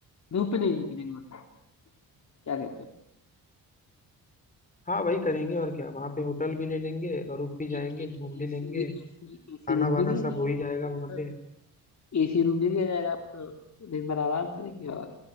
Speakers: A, on the left; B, on the left.
A: धूप में नहीं निकलेंगे मतलब क्या कहते हो
B: हाँ वही करेंगे और क्या वहाँ पे होटल भी ले लेंगे और रुक भी जाएंगे
A: एक एक
B: घूम भी
A: एसी
B: लेंगे
A: एसी
B: खाना
A: एसी रूम
B: वाना
A: ले लिया
B: सब
A: जाएगा
B: हो ही जाएगा वहाँ
A: हाँ
B: पे
A: एसी रूम ले लिया जाएगा अपना दिन भर आराम करेंगे और